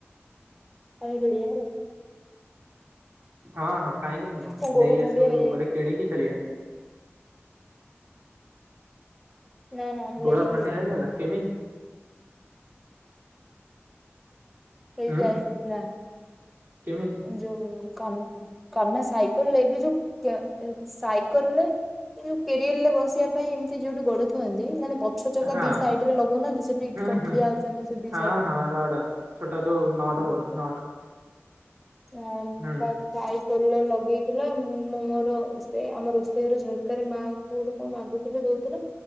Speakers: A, in the centre; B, on the right.
A: ଆଇ ଗିଡିଆ ହେଲା।
B: ହଁ ହଁ। କାହିଁକି ମୁହଁ
A: ମୋ ଗୋଡ
B: ନେଇ
A: ଖଣ୍ଡିଆ
B: ଆସିବୁ
A: ହେଇଯାଇଛି
B: ଗୋଟେ କିଣିକି ଖେଳିବା।
A: ନା ନା ଅନଲାଇନ
B: ଗୋଡ ଖଣ୍ଡିଆ
A: ଖେଳିବା
B: ହେଇଗଲା କେମିତି?
A: ହେଇଯାଇଥିଲା।
B: ହୁଁ କେମିତି
A: ଯୋଉ। କମେ ସାଇକେଲ ନେଇକି ଯୋଉ ସାଇକେଲରେ କିଣିଲେ ବସିବା ପାଇଁ ଏମିତି ଯୋଉଠି ଗୋଡ଼ ଥିଆନ୍ତି ମାନେ ପଛ ଚକା
B: ହଁ
A: ଦି ସାଇଡ ରେ ଲଗଉନାହାନ୍ତି ସେଠି
B: ହ
A: କଣ
B: ହୁଁ
A: ଠିଆ ହଉଛନ୍ତି ସେ ଦି
B: ହଁ
A: ସାଇଡ ରେ
B: ହଁ ରଡା ଛୋଟା ଯୋଉ ନଟ ବୋଲ୍ଟ ନଟ
A: ହଁ
B: ହୁଁ
A: ତ ଯାଇ ଲଗେଇଥିଲା ମୁଁ ମ ମୋର ସେ ଆମ ରୋଷେଇ ଘର ସରକାରୀ ମା କ ଗୋଟେ କଣ ମାଗୁଥିଲେ ଦଉଥିଲା